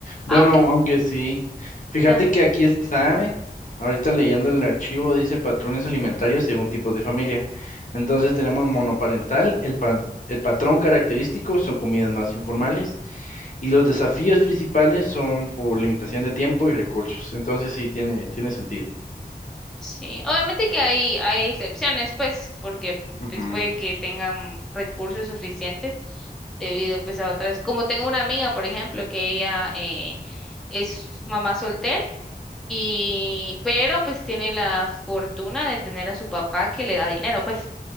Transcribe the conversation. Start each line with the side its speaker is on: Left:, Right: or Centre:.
Left: bueno,
Centre: Aunque
Left: aunque sí. Fíjate
Centre: también
Left: que aquí está, ¿eh? Ahorita leyendo el archivo dice patrones alimentarios según tipos de familia. Entonces tenemos monoparental, el, pa- el patrón característico son comidas más informales y los desafíos principales son por limitación de tiempo y recursos. Entonces sí, tiene, tiene sentido.
Centre: Sí, obviamente que hay, hay excepciones, pues, porque
Left: Ujú,
Centre: pues puede que tengan recursos suficientes debido pues a otras, como tengo una amiga, por ejemplo, que ella eh, es mamá soltera y, pero pues tiene la fortuna de tener a su papá que le da dinero, pues,